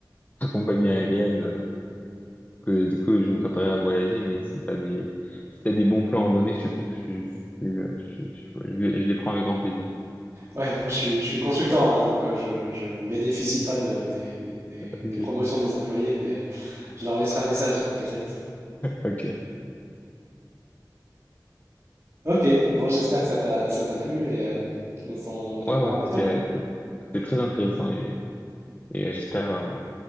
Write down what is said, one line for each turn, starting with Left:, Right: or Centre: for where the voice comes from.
Left: compagnie aérienne. euh, Parce que du coup, je me préparais à voyager, mais si t'as des, si t'as des bons plans à donner, je suis, pas- je, je, je, je, je, je les je les prends avec grand plaisir.
Right: Ouais, moi je suis, je suis consultant, hein, donc euh, je, je ne bénéficie pas de- des, des- des-
Left: Ok,
Right: des promotions des employés, mais je leur laisserai un message, t'inquiète.
Left: ok.
Right: Ok, bon, j'espère que ça t'a, ça t'a plu et euh, on s'en- on en
Left: Ouais,
Right: reparle
Left: ouais,
Right: bientôt.
Left: c'était, c'était c'était très intéressant et, et j'espère euh,